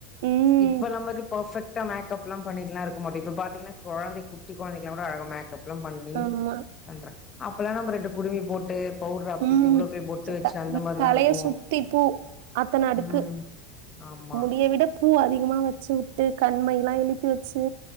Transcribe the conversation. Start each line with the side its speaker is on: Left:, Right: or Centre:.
Right: ம்.
Left: இப்ப நம்மது பஃபெக்ட் டா மேக்கப்லா பண்ணிட்லா இருக்க மாட்டொ இப்ப பாத்தீங்னா கொழந்தைக் குட்டி கொழந்தைக்கெல்லா கூட அழகா மேக் கப்லா பண்ணி
Right: ஆமா.
Left: பண்ற அப்பலா நம்ம ரெண்டு குடுமி போட்டு பவுடர் அப்பிட்டு
Right: ம்
Left: இவ்ளோ பெரிய பொட்டு
Right: சுத்த
Left: வச்சு அந்த
Right: ம்
Left: மாரிலா
Right: தலைய
Left: இருக்கு
Right: சுத்தி பூ அத்தன அடுக்கு
Left: ம் ஆமா
Right: முடிய விட பூ அதி திகமா வெச்சுவுட்டு கண்மைலா இழுப்பி வெச்சு